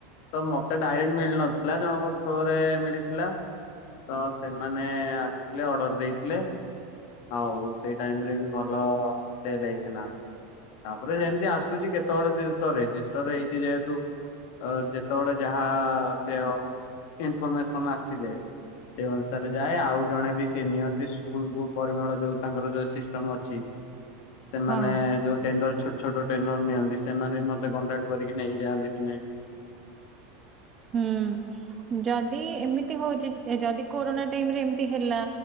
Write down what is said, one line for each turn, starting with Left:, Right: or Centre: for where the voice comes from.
Left: ତ ମୋତେ ଡାଇରେକ୍ଟ ମିଳିନଥିଲା ଜଣକ ଥ୍ରରେ ମିଳିଥି ଲା, ତ ସେମାନେ ଆସିଥିଲେ ଅର୍ଡର ଦେଇଥିଲେ। ଆଉ ସେଇ ଟାଇମ୍ ରେ ବି ଭଲ ସେଲ୍ ହେଇଥିଲା। ତାପରେ ସେମିତି ଆସୁଚି କେତେବେଳେ ସେ ତ ରେଜିଷ୍ଟର ହେଇଛି ଯେହେତୁ ଯେତେବେଳେ ଯାହା ସେ ଇନଫରମେସନ ଆସିଲେ। ସେ ଅନୁସାରେ ଯାଏ ଆଉ ଜଣେ ବି ସେ ନିଅନ୍ତି ସ୍କୁଲକୁ ପରିମଳ ଯୋଉ ତାଙ୍କର ଯୋଉ ସିଷ୍ଟମ ଅଛି। ସେମାନେ
Right: ହଁ।
Left: ଯୋଉ ଟେଣ୍ଡର ଛୋଟ ଛୋଟ ଟେଣ୍ଡର ନିଅନ୍ତି ସେମାନେ ବି ମତେ କଣ୍ଟାକ୍ଟ କରିକି ନେଇକି ଯାଆନ୍ତି ନାଇ
Right: ହୁଁ ଯଦି ଏମିତି ହୋଉଚି ଯଦି କୋରୋନା ଟାଇମ ରେ ଏମିତି ହେଲା।